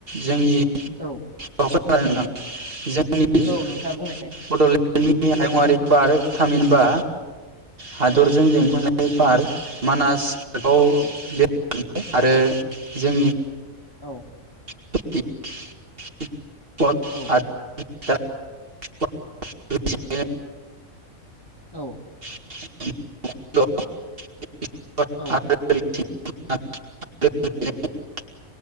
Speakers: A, on the right; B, on the left.
A: जोंनि क'क्राझार
B: औ
A: नोंथां <unintelligible> जोंनि
B: औ नोंथाङा बुंनायसाय
A: बड'लेण्डनि हायुङारारि पार्क थामहिनबा हादरजों
B: औ
A: बेंख'जानाय पार्क मानास पार्कआव
B: औ औ
A: बे आरो जोंनि
B: औ
A: <unintelligible> <unintelligible>
B: औ औ
A: <unintelligible>
B: औ
A: <unintelligible>